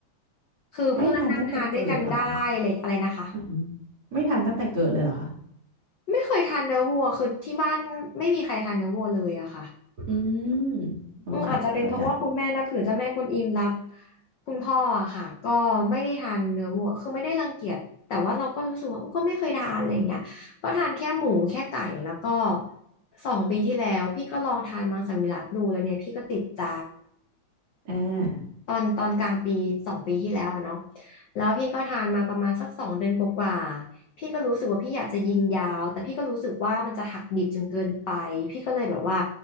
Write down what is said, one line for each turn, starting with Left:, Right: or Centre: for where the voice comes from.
Left: คือเพื่อนนั่งทานด้วยกันได้เลยอะไรนะคะ
Right: ไม่ทานตั้งแต่เกิดเหรอคะอือหือไม่ทานตั้งแต่เกิดเลยเหรอคะ
Left: ไม่เคยทานเนื้อวัวคือที่บ้านไม่มีใครทานเนื้อวัวเลยอะค่ะ
Right: อืมโอเคเข้าใจ
Left: อืมอาจจะเป็นเพราะว่าคุณแม่นับถือเจ้าแม่กวนอิมรับคุณพ่ออะค่ะก็ไม่ได้ทานเนื้อวัวคือไม่ได้รังเกียจแต่ว่าเราก็รู้สึกว่าก็ไม่เคยทานอะไรเงี้ยก็ทานแค่หมูแค่ไก่แล้วก็สองปีที่แล้วพี่ก็ลองทานมังสวิรัติดูแล้วเนี่ยพี่ก็ติดใจ
Right: อ่า
Left: ตอนตอนกลางปีสองปีที่แล้วอะเนาะแล้วพี่ก็ทานมาประมาณสักสองเดือนกว่าๆพี่ก็รู้สึกว่าพี่อยากจะยิงยาว แต่พี่ก็รู้สึกว่ามันจะหักดิบจนเกินไป พี่ก็เลยแบบว่า